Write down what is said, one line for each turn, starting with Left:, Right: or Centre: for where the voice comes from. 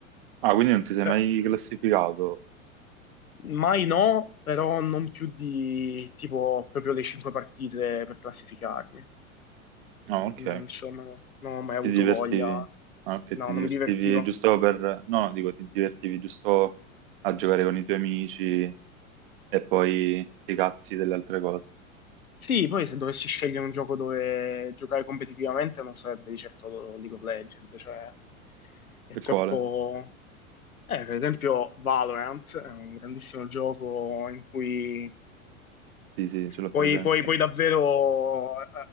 Right: Ah, quindi non ti sei mai
Left: Eh,
Right: classificato?
Left: Mai no, però non più di tipo proprio le cinque partite per classificarmi.
Right: No, ok.
Left: Non, insomma, non ho mai avuto
Right: Ti divertivi?
Left: voglia,
Right: Ah, ok,
Left: no,
Right: ti divertivi
Left: non mi divertivo.
Right: giusto per... No, dico, ti divertivi giusto a giocare con i tuoi amici e poi ti cazzi delle altre cose.
Left: Sì, poi se dovessi scegliere un gioco dove giocare competitivamente non sarebbe di certo League of Legends, cioè è
Right: E
Left: troppo,
Right: quale?
Left: Eh, per esempio Valorant è un grandissimo gioco in cui
Right: Sì, sì, ce l'ho presente.
Left: puoi, puoi- puoi davvero eh,